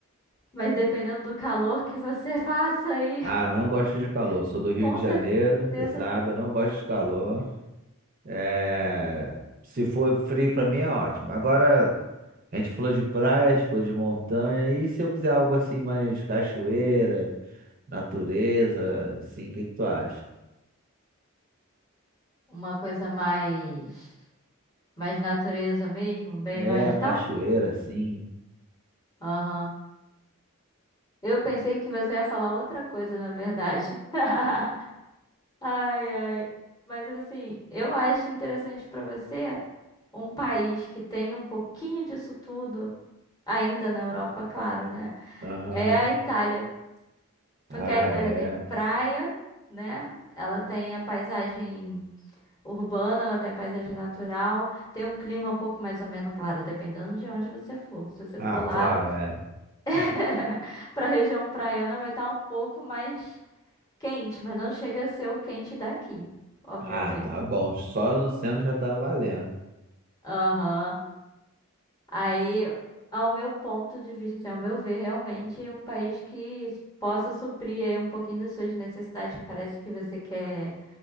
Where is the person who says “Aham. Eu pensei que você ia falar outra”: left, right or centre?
Left